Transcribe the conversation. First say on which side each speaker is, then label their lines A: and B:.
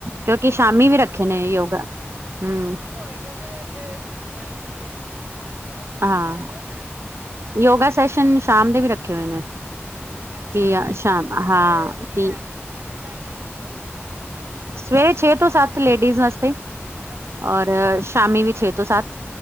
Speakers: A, on the right; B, on the right.
A: ਕਿਉਂਕਿ
B: ਬਿਲਕੁਲ
A: ਸ਼ਾਮੀ ਵੀ ਰੱਖੇ
B: ਅ
A: ਨੇ ਯੋਗਾ, ਹੂੰ।
B: ਸ਼ੁਰੂ ਹੋਏਗਾ ਤੇ ਫੇਰ ਤਾਈਓ 'ਤੇ ਅੱਗੇ-ਅੱਗੇ
A: ਹਾਂ,
B: ਜਾਏਗਾ
A: ਯੋਗਾ ਸੈਸ਼ਨ ਸ਼ਾਮ ਦੇ ਵੀ ਰੱਖੇ ਹੋਏ ਨੇ।
B: ਅੱਛਾ
A: ਕਿ
B: ਜੀ,
A: ਸ਼ਾਮ
B: ਸਵੇਰ
A: ਹਾਂ
B: ਦੀ
A: ਕਿ
B: ਟਾਈਮਿੰਗ ਕੀ ਟਾਈਮਿੰਗ ਕੀ ਏ?
A: ਸਵੇਰੇ ਛੇ ਤੋਂ ਸੱਤ ਲੇਡੀਜ਼ ਵਾਸਤੇ,
B: ਅੱਛਾ
A: ਔਰ ਸ਼ਾਮੀ ਵੀ ਛੇ ਤੋਂ ਤੋ ਸਤ